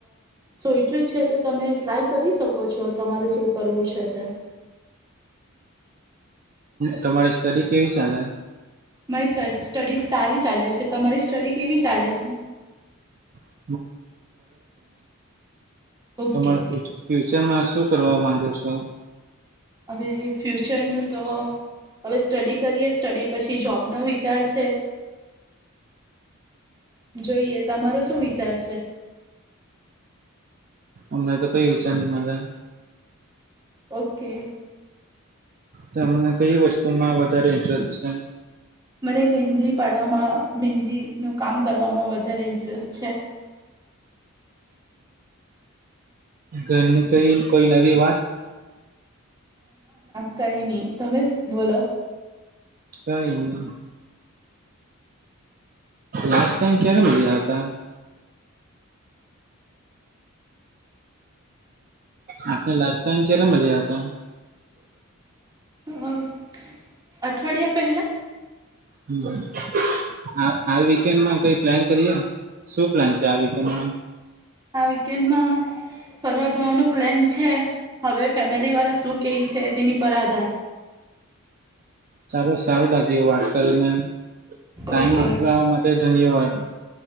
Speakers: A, on the right; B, on the right.
A: સોઈચું જ છે તો તમે. ટ્રાય કરી શકો છો. તમારે શું કરવું છે તે. <inaudible>
B: તમારી સ્ટડી કેવી ચાલે?
A: મારી સ સ્ટડી તારી ચાલે છે. તમારી સ્ટડી કેવી ચાલે છે?
B: <unintelligible>
A: ઓકે
B: તમાર
A: ઓકે
B: ફ્યુચરમાં શું? કરવા માંગ્યો છો.
A: હવે ફ્યુચરનું તો હવે સ્ટડી કરીએ. સ્ટડી પછી જોબનો વિચાર છે. જોઈએ તમારો શું વિચાર છે?
B: અમને તો કઈ વિચાર ની મલે.
A: ઓકે!
B: તમને કઈ વસ્તુમાં વધારે ઇન્ટરેસ્ટ? છે.
A: મને મહેંદી પાડવામાં મહેંદીનું કામ કરવામાં વધારે ઇન્ટરેસ્ટ છે.
B: ઘરની કઈ કોઈ નવી વાત?
A: કઈ ની. તમે બોલો.
B: કઈ ની. લાસ્ટ ટાઈમ ક્યારે મળ્યા હતા? આપને લાસ્ટ ટાઈમ ક્યારે મલ્યા? <inaudible>
A: હન અઠવાડિયા પહેલા.
B: હમ, આ આ વીકેન્ડમા કઈ પ્લેન કરીએ. શું પ્લેન છે આ વેકેન્ડમાં?
A: આ વેકેન્ડમાં ફરવા જવાનો પ્લેન છે. હવે ફેમિલીવાળા શું કેય છે, તેની પર આધાર.
B: સારું સારું લાગ્યું વાત કરીને. ટાઈમ
A: ઓકે
B: આપવા
A: ઓકે
B: માટે ધન્યવાદ.